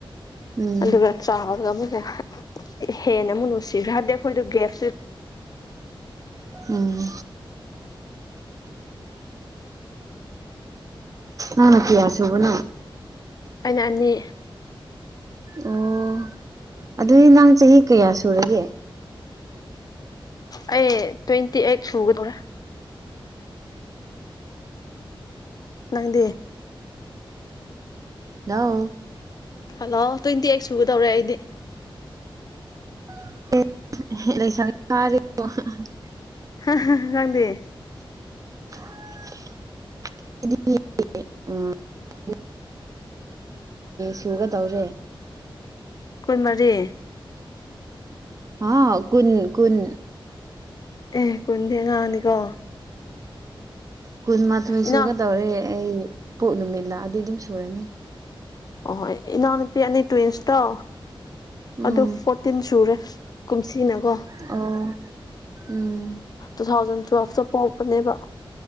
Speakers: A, on the right; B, on the left.
A: ꯎꯝ
B: ꯑꯗꯨꯒ ꯆꯥꯎꯔꯒ ꯑꯃꯨꯛ ꯍ ꯍꯦꯟꯅ ꯑꯃꯨꯛ ꯅꯨꯡꯁꯤꯈ꯭ꯔ ꯍꯥꯏꯕꯗꯤ ꯑꯩꯈꯣꯏꯗ ꯒꯦꯐ
A: ꯎꯝ ꯎꯝ ꯑ ꯀꯤꯌꯥꯁꯕꯣꯅ
B: ꯑꯩꯅ ꯑꯅꯤ
A: ꯑꯣ ꯑꯗꯨꯗꯤ ꯅꯍꯪ ꯆꯍꯤ ꯀꯌꯥ ꯁꯨꯔꯒꯦ
B: ꯑꯩ ꯇ꯭ꯋꯦꯟꯇꯤ ꯑꯩꯠ ꯁꯨꯒꯗꯧꯔꯥ ꯅꯪꯗꯤ
A: ꯅꯧ
B: ꯍꯜꯂꯣ ꯇ꯭ꯋꯦꯟꯇꯤ ꯑꯩꯠ ꯁꯨꯒꯗꯧꯔꯦ ꯑꯩꯗꯤ
A: <unintelligible>
B: ꯑꯦꯟ. ꯖꯤ. ꯖꯤ. ꯗꯤ
A: <inaudible> ꯁꯨꯒ ꯇꯧꯔꯦ
B: ꯀꯨꯅꯃꯥꯔꯤ꯫
A: ꯑ ꯀꯨꯟ ꯀꯨꯟ
B: ꯑꯦ ꯀꯨꯟꯗꯤꯦ ꯉꯥꯡꯅꯤꯀꯣ
A: ꯀꯨꯟꯃꯥꯊꯣꯏ
B: ꯏꯅꯥꯎ
A: ꯁꯨꯒꯗꯧꯔꯦ ꯑꯩ ꯄꯣꯛ ꯅꯨꯃꯤꯠ ꯂꯥꯛꯑꯗꯤ ꯑꯗꯨꯝ ꯁꯨꯔꯅꯤ
B: ꯍꯣꯏ ꯑꯦꯅꯥꯑꯣꯅꯨꯄꯤ ꯇ꯭ꯔꯤꯅꯤꯁ ꯗꯣ
A: ꯎꯝ
B: ꯑꯗꯨ ꯐꯣꯔꯇꯤꯟ꯫ ꯇꯤꯟ ꯁꯨꯔꯦ ꯀꯨꯃꯁꯤ ꯅꯥ ꯀꯣ꯫
A: ꯑꯣ ꯎꯝ
B: ꯂꯤꯁꯤꯡ ꯑꯅꯤ ꯇꯔꯥ ꯗꯥ ꯄꯣꯀꯄꯅꯦ ꯕꯥ